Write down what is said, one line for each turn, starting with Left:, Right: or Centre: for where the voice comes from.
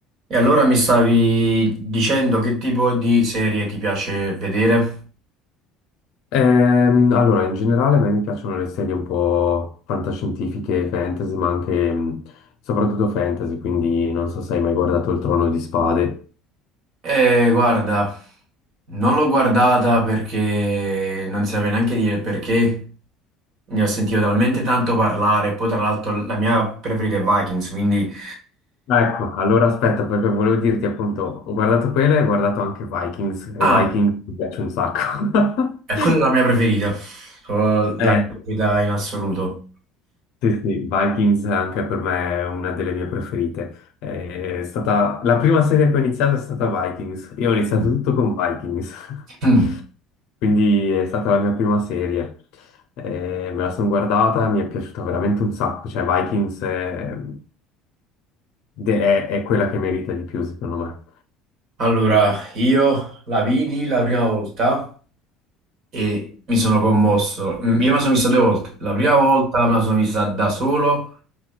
Right: E allora mi stavi dicendo che tipo di serie ti piace vedere?
Left: Ehm, allora, in generale a me mi piacciono le serie un po' fantascientifiche, fantasy, ma anche mh, soprattutto fantasy, quindi non so se hai mai guardato Il Trono di Spade.
Right: Eh, guarda, non l'ho guardata perché non saprei neanche dire perché. Ne ho sentito talmente tanto parlare. Poi, tra l'altro, la mia preferita è Vikings, quindi...
Left: Ah, Ecco, allora aspetta, perché volevo dirti appunto, ho guardato quella e ho guardato anche Vikings, e
Right: Ah,
Left: Vikings mi piace un sacco.
Right: è
Left: <laughs>
Right: quella è la mia preferita. Proprio
Left: Eh,
Right: La mia preferita in assoluto.
Left: sì, sì, Vikings anche per me è una delle mie preferite. È stata... La prima serie che ho iniziato è stata Vikings, io ho iniziato
Right: Mm.
Left: tutto con Vikings. <laughs>
Right: <clears throat>
Left: Quindi è stata la mia prima serie. Eh, me la sono guardata, mi è piaciuta veramente un sacco. Cioè, Vikings è, de- è- è quella che merita di più, secondo me.
Right: Allora, io la vidi la prima volta. e mi sono commosso. Mm, Io me la sono vista due volte. La prima volta me la sono vista da solo